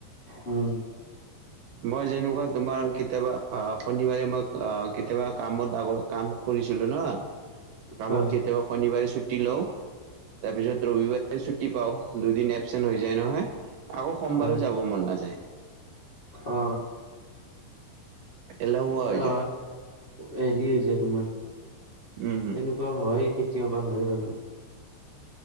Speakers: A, on the left; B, on the right.
A: উম।
B: মই যেনেকুৱা তোমাৰ কেতিয়াবা অ শনিবাৰে মই কেতিয়াবা কামত লাগো। কাম কৰিছিলো ন, কামত
A: হয়
B: কেতিয়াবা শনিবাৰে ছুটি লওঁ। তাৰপিছত ৰবিবাৰে ছুটি পাওঁ দুদিন এবচেন্ট হৈ যায় নহয়। আকৌ সোমবাৰো
A: হয়
B: যাব মন নাযায়।
A: অ
B: এলেহুৱা হৈ
A: অ
B: যায়।
A: হেৰি হৈছে তোমাৰ
B: উম।
A: এনেকুৱা হয়, কেতিয়াবা হয় বাৰু।